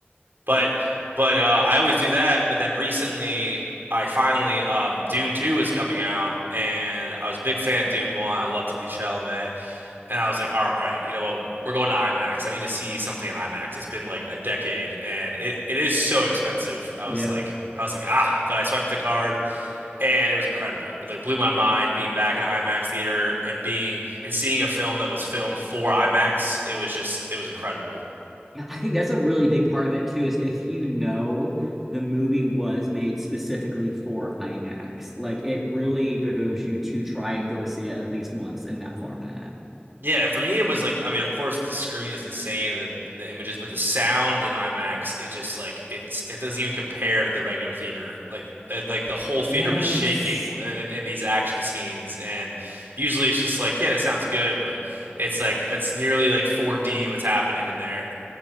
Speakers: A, on the right (about 60°); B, in the centre.
A: But but uh, I always do that. But then recently, I finally um, Dune 2 is coming out, and I was a big fan of Dune 1. I love Timothée Chalamet, and I was like, all right, you know what? We're going to IMAX. I need to see something in IMAX. It's been like a decade and it, it is so expensive. I
B: Yeah.
A: was like, I was like, ah, but I swiped the card and it was incredible. It like blew my mind being back in an IMAX theater and being and seeing a film that was filmed for IMAX. It was just, it was incredible.
B: Yeah, I think that's a really big part of it too, is if you know the movie was made specifically for IMAX, like it really behooves you to try and go see it at least once in that format.
A: Yeah, for me it was like I mean, of course the screen is insane and the and the images, but the sound in IMAX is just like it's it doesn't even compare to the regular theater. Like it, like the whole theater
B: Yes.
A: was shaking in, in these action scenes, and usually it's just like yeah, that sounds good, but it's like it's nearly like 4D what's happening in there.